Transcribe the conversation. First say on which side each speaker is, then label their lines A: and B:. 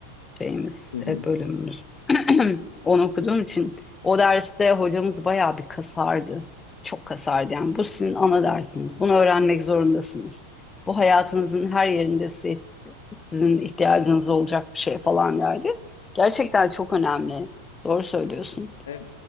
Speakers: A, on the left (about 20°); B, on the left (about 70°).
A: şeyimiz,
B: hı hı.
A: e, bölümümüz. <clears throat> Onu okuduğum için o derste hocamız bayağı bir kasardı. Çok kasardı yani. Bu sizin ana dersiniz. Bunu öğrenmek zorundasınız. Bu hayatınızın her yerinde si- sizin ihtiyacınız olacak bir şey falan derdi. Gerçekten çok önemli. Doğru söylüyorsun.
B: <laughs> Evet.